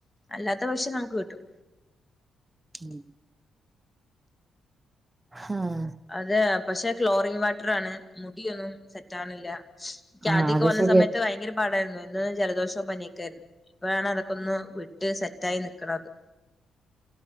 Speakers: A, on the left; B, on the right.
A: അല്ലാത്ത പക്ഷേ നമുക്ക് കിട്ടും
B: <unintelligible> ആഹ്
A: അതെ പക്ഷെ ക്ലോറിങ് വാട്ടർ ആണ് മുടിയൊന്നും സെറ്റ് ആക്ണില്ല ക്ക്
B: ആഹ്
A: ആദ്യക്കെ
B: അത്
A: വന്ന
B: ശരിയാ
A: സമയത്ത് ഭയങ്കര പാടായിരുന്നു എന്നും ജലദോഷോ പനിയൊക്കെയിരുന്നു ഇപ്പോഴാണ് അതൊക്കെ ഒന്ന് വിട്ട് സെറ്റായി നിക്കണത്